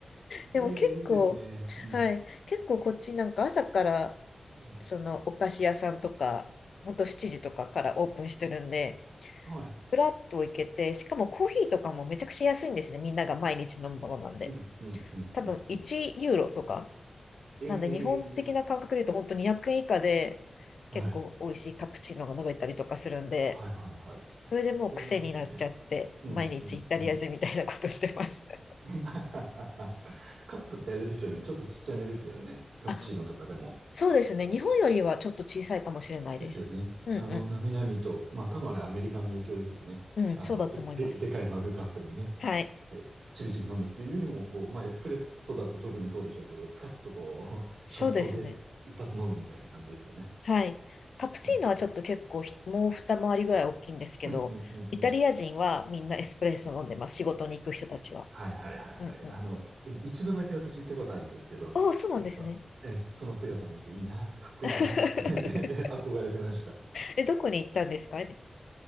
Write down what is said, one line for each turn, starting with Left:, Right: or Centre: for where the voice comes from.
Left: でも結構、
Right: ええ、いいですね。うん。
Left: はい。結構こっちなんか朝から、
Right: うん。
Left: そのお菓子屋さんとか、ほんと7時とかからオープンしてるんで、
Right: はい。
Left: フラッと行けて、しかもコーヒーとかもめちゃくちゃ安いんですね。みんなが毎日飲むものなんで。
Right: うん、うん、うん、
Left: 多分1ユーロとか
Right: うん、うん。ええ、
Left: なんで日本的な感覚で言うと本当に200円以下で結構美味しいカプチーノが飲めたりとかするんで、
Right: はい。はい、はい、はい。
Left: それでもう癖になっちゃって、
Right: ええうん、
Left: 毎日イタリア人みたいなことしてます。
Right: うん、うん。
Left: <laughs>
Right: <laughs> カップってあれですよね。ちょっとちっちゃめですよね。カプチーノとかでも。
Left: あ、そうですね。日本よりはちょっと小さいかもしれないです。
Right: ですよね。
Left: うんう
Right: あの、なみなみと、まあ多分あれアメリカの影響ですよね。
Left: ん。うん、
Right: あの、
Left: そうだと思います。
Right: で、で、でかいマグカップにね、
Left: はい。
Right: ちびちび飲むっていうよりも、こう、まあエスプレッソだと特にそうでしょうけど、スカッとこう、<laughs>
Left: そうですね。
Right: ショットで一発飲むみたいな感じですよね。
Left: はい。カプチーノはちょっと結構ひもう二回りぐらい大きいんですけど、
Right: うん。うん、うん、うん、
Left: イタリア人はみんなエスプレッソ飲んでます。
Right: うん。
Left: 仕事に行く人たちは。
Right: はいはいはいはい。
Left: うんうん。
Right: あの、い一度だけ私行ったことあるんですけど、
Left: おお、そうなんですね。
Right: やっぱえ、その姿見ていいな、かっこいいな、
Left: <laughs>
Right: <laughs> って憧れてました。
Left: え、どこに行ったんですかエミネさ